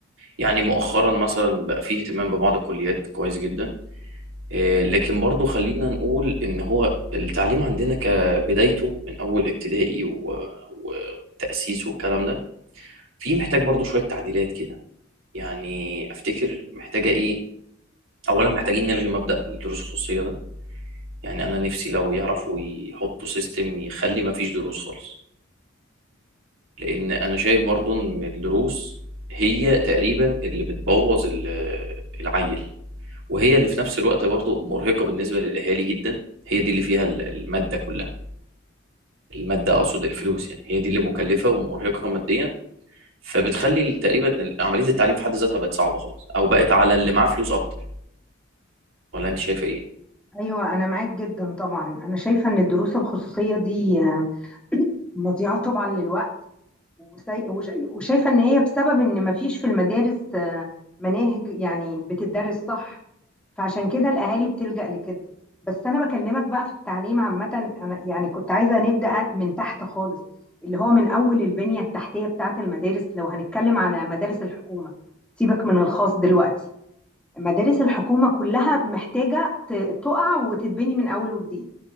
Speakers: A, on the right (about 85°); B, in the centre.
A: يعني مؤخرا مثلا بقى فيه اهتمام ببعض الكليات كويس جدا إيه، لكن برضو خلينا نقول إن هو التعليم عندنا كبدايته من أول ابتدائي و- و- وتأسيس والكلام ده في محتاج برضو شوية تعديلات كده يعني أفتكر محتاجة ايه أولا محتاجين نلغي مبدأ الدروس الخصوصية ده يعني انا نفسي لو يعرفوا يحطوا سيستم يخلي ما فيش دروس خالص لان انا شايف برضو ان الدروس هي تقريبا اللي بتبوظ ال- العيل وهي اللي في نفس الوقت برضو مرهقة بالنسبة للاهالي جدا هي دي اللي فيها ال- المادة كلها المادة اقصد الفلوس يعني هي دي اللي مكلفة ومرهقة ماديا فبتخلي ال- تقريبا ال- عملية التعليم في حد ذاتها بقت صعبة خالص او بقت على اللي معاه فلوس اكتر ولا انت شايفة ايه
B: ايوه انا معاك جدا طبعا انا شايفة ان الدروس الخصوصية دي آه، مضيعة طبعا للوقت وسي- وشي- وشايفة ان هي بسبب ان ما فيش في المدارس آه، مناهج يعني بتدرس صح فعشان كده الاهالي بتلجأ لكده بس انا بكلمك بقى في التعليم عامة انا يعني كنت عايزة نبدأ من تحت خالص اللي هو من اول البنية التحتية بتاعة المدارس لو هنتكلم على مدارس الحكومة سيبك من الخاص دلوقتي مدارس الحكومة كلها محتاجة ت- تقع وتتبني من أول وجديد